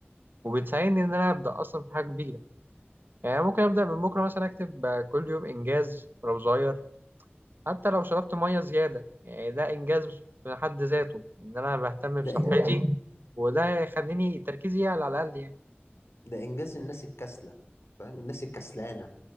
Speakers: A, on the right; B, on the left.
A: وبتساعدني ان انا ابدا اصلا في حاجه كبيره يعني أنا ممكن ابدا من بكره مثلا اكتب كل يوم انجاز ولو صغير حتى لو شربت ميه زياده يعني ده انجاز في حد ذاته ان انا بهتم
B: ده
A: بصحتي
B: إن...
A: وده يخليني تركيزي يعلى على الاقل يعني
B: ده إنجاز الناس الكسلة فاهم الناس الكسلانة